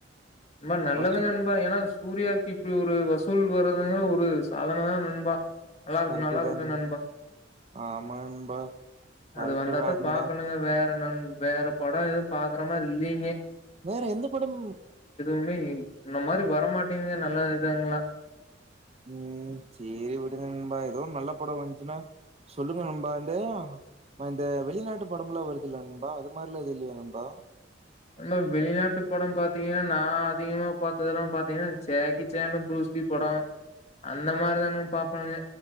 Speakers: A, on the left; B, on the right.
A: ண்பா நல்லது
B: வசூல்
A: நு நண்பா ஏன்னா சூர்யாக்கு இப்டி ஒரு வசுல் வசூல் வர்றதே ஒரு சாதனதா நண்பா நல்லா இருக்கு
B: கரட்டு
A: நல்லா இருக்கட்டு
B: தான்
A: நண்பா
B: ஆமாண்பா கரட்டுதாண்பா
A: அது வந்தாத்தா பாக்கணுங்க வேற நண் வேற படோ எதுவு பாக்குற மாரி இல்லீங்க
B: வேற எந்த படம்மு
A: ன்மே முன்ன மாதிரி வரமாட்டேங்கங்க நல்லா இயிதாங்களா
B: உம் சேரி விடுங்க நண்பா ஏதோ நல்ல படோ வந்துச்சுன்னா சொல்லுங்க நண்பா இந்த அந்த வெளிநாட்டு படோம் எல்லா வருதுல்ல நண்பா அது மாரியலா எது இல்லயா நண்பா
A: நம்ம வெளிநாட்டு படோம் பாத்தீங்கன்னா நா அதிகமா பார்த்தெல்லா பாத்தீங்கன்னா ஜேக்கி சேண்ட பரூஸ்லி படோ அந்த மாதிரிதான் பாப்பணுங்க